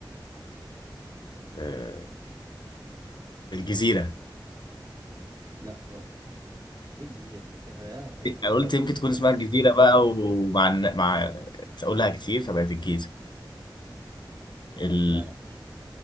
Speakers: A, on the left; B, on the right.
A: آه، الجزيره
B: لا غلط ايه الجزيرة دي انت يا
A: أنا قلت يمكن تكون
B: ما
A: اسمها
B: تبقاش
A: الجزيره
B: كده يعني
A: بقى ومع الن- مع تقولها كتير فبقت الجيزه ال
B: <laughs> لا لا مش كده